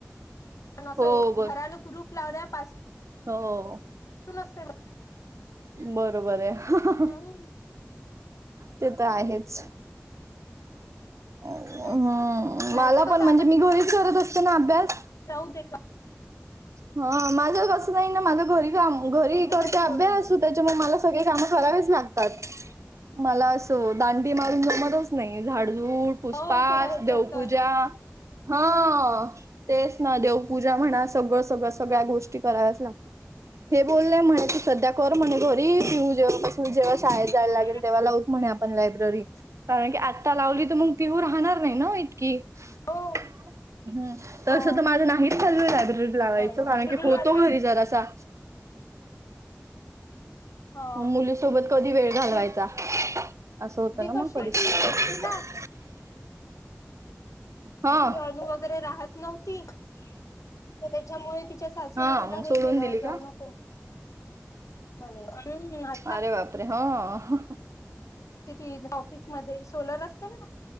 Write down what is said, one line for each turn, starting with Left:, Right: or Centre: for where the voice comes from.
Left: पण असंय
Right: हो बर
Left: घराला कुलूप लावण्यापास
Right: हो
Left: सुन असते मग
Right: बरोबर आहे
Left: हम्म
Right: ते तर आहेच हम्म
Left: तेच नाही
Right: मला
Left: तर कसं
Right: पण म्हणजे मी घरीच करत असते ना अभ्यास
Left: जाऊ दे का
Right: हा माझ अस नाही ना माझ घरी काम घरी
Left: तुमचं
Right: करते
Left: तरी
Right: अभ्यास
Left: तेवढं बरं
Right: त्याच्यामुळे मला सगळे काम करावेच लागतात मला असं दांडी मारून जमतच नाही झाडझुड पूसपास
Left: हो कोण ह्याच्यात
Right: देवपूजा
Left: तर
Right: हा तेच ना देवपूजा म्हणा सगळं सगळ सगळ्या गोष्टी कराव्याच लागतात हे बोले म्हणे सध्या कर म्हणे घरी
Left: हो
Right: पिऊ जेव्हा पासून जेव्हा शाळेत जायला
Left: हो
Right: लागेल तेव्हा लावूत म्हणे आपण लायब्ररी. कारण की आत्ता लावली तर मग पिऊ राहणार नाही ना ओ इतकी.
Left: हो
Right: हम्म तसं
Left: हो
Right: तर माझं नाहीच चालुये लायब्ररी. लावायच
Left: नाही
Right: कारण
Left: दिदी
Right: की होतो
Left: आता
Right: घरी जरासा.
Left: हो
Right: मग मुलीसोबत कधी वेळ घालवायचा.
Left: दि
Right: असं होत
Left: दिदी
Right: ना मग
Left: कशी
Right: परी
Left: होती
Right: <unintelligible>
Left: नोकरीला
Right: हा
Left: ती अणू वगैरे राहत नव्हती तर त्याच्यामुळे तिच्या सासूने
Right: हा
Left: तिला
Right: मग सोडून
Left: हे केलं
Right: दिली
Left: जाऊ
Right: का?
Left: नको. म्हणे. <unintelligible>
Right: अरे बापरे हा.
Left: तिथ ऑफिसमध्ये सोलर असते ना